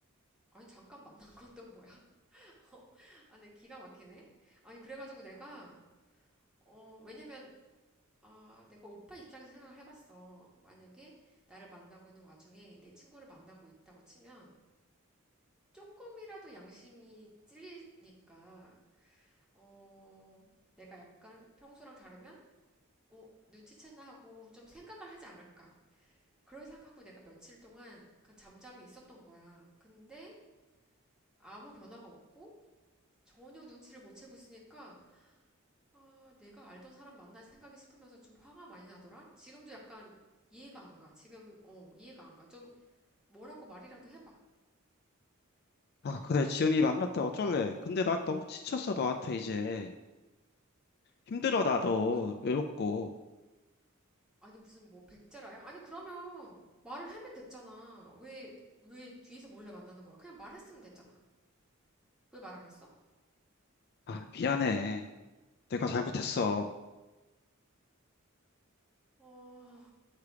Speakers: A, in the centre; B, on the left (about 50°).
A: 아니, 잠깐 만난 건 또 뭐야? <laughs> 어, 아, 내 기가 막히네. 아니, 그래가지고 내가, 어, 왜냐면, 아, 내가 오빠 입장에서 생각을 해봤어. 만약에 나를 만나고 있는 와중에 내 친구를 만나고 있다고 치면, 조금이라도 양심이 찔리니까, 어, 내가 약간 평소랑 다르면, 어, 눈치챘나 하고 좀 생각을 하지 않을까. 그럴 생각하고 내가 며칠 동안 약간 잠잠히 있었던 거야. 근데 아무 변화가 없고 전혀 눈치를 못 채고 있으니까, 아, 내가 알던 사람 만나서 생각이 싶으면서 좀 화가 많이 나더라? 지금도 약간 이해가 안 가. 지금, 어, 이해가 안 가. 좀 뭐라고 말이라도 해봐.
B: 아, 그래. 지은이 만났다. 어쩔래? 근데 나 너무 지쳤어, 너한테 이제. 힘들어, 나도.
A: 어,
B: 외롭고.
A: 아니 무슨 뭐 백제라야? 아니 그러면 말을 하면 됐잖아. 왜, 왜 뒤에서 몰래 만나는 거야? 그냥 말했으면 됐잖아. 왜 말 안 했어?
B: 아, 미안해. 내가 잘못했어.
A: 어,